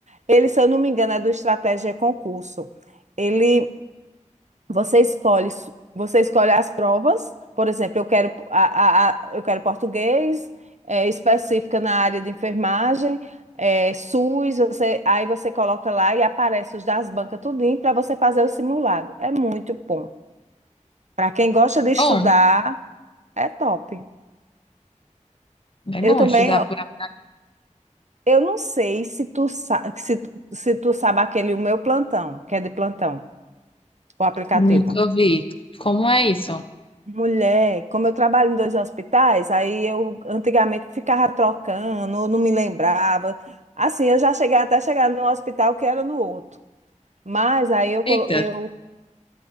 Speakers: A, on the right; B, on the left.
A: Ele, se eu não me engano, é do Estratégia Concurso. Ele você escolhe, su- você escolhe as provas. Por exemplo, eu quero, a- a- a- eu quero português, é, específica na área de enfermagem, é, SUS. você- aí você coloca lá e aparece os das bancas tudinho para você fazer o simulado. É muito bom. Para quem gosta de estudar,
B: Bom,
A: é top.
B: é
A: Eu
B: bom
A: também,
B: estudar
A: ó,
B: por aplicativo,
A: eu não sei se tu, sa- se, tu- se tu sabe aquele o meu plantão, que é de plantão, o aplicativo.
B: nunca vi. Como é isso?
A: Mulher, como eu trabalho em dois hospitais, aí eu antigamente ficava trocando, eu não me lembrava. Assim, eu já cheguei até chegar no hospital que era no outro. Mas aí eu, colo-
B: Eita,
A: eu